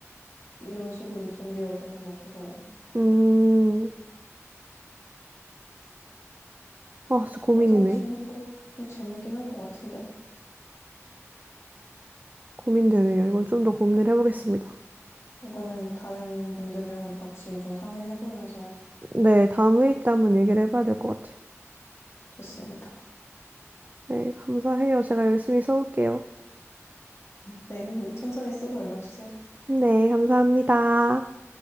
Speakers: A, on the left; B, on the right.
A: 이런 식으로 전개가 되는 것 같아서
B: 음, 아, 진짜 고민이네.
A: 여자 주인공도 재밌긴 할 것 같은데
B: 고민되네요. 이건 좀 더 고민을 해보겠습니다.
A: 이거는 다른 분들이랑도 같이 좀 상의를 해보면서
B: 네, 다음 회의 때 한번 얘기를 해봐야 될 것 같아요.
A: 좋습니다.
B: 네, 감사해요. 제가 열심히 써올게요.
A: 네, 천천히 쓰고 연락 주세요.
B: 네, 감사합니다.